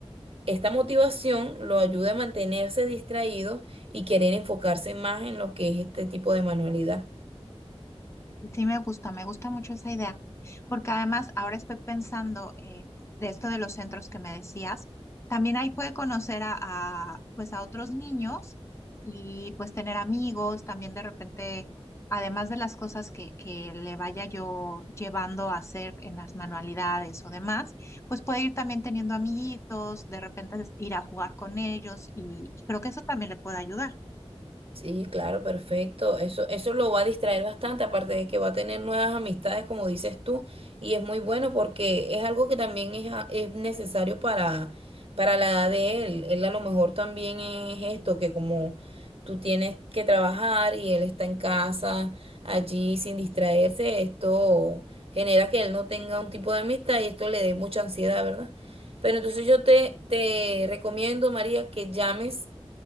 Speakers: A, on the right; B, on the left.
A: esta motivación lo ayuda a mantenerse distraído y querer enfocarse más en lo que es este tipo de manualidad.
B: Sí, me gusta, me gusta mucho esa idea, porque además ahora estoy pensando eh, de esto de los centros que me decías, también ahí puede conocer a, a, pues a otros niños y pues tener amigos, también de repente, además de las cosas que, que le vaya yo llevando a hacer en las manualidades o demás, pues puede ir también teniendo amiguitos, de repente ir a jugar con ellos y creo que eso también le puede ayudar.
A: Sí, claro, perfecto. Eso, eso lo va a distraer bastante, aparte de que va a tener nuevas amistades, como dices tú, y es muy bueno porque es algo que también es, a- es necesario para, para la edad de él. Él a lo mejor también es esto, que como tú tienes que trabajar y él está en casa, allí sin distraerse, esto genera que él no tenga un tipo de amistad y esto le dé mucha ansiedad, ¿verdad? Pero entonces yo te, te recomiendo, María, que llames